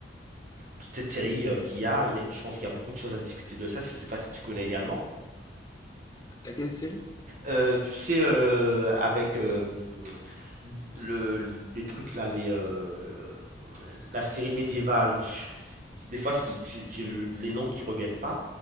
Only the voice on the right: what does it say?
toute cette série euh, qu'il y a, il y a- je pense qu'il y a beaucoup de choses à discuter de ça. Je ne sais pas si tu connais également.
Euh, tu sais, euh, avec euh, le, les trucs là, les, euh, la série médiévale, je- des fois c'est- j'ai j'ai le- les noms qui reviennent pas.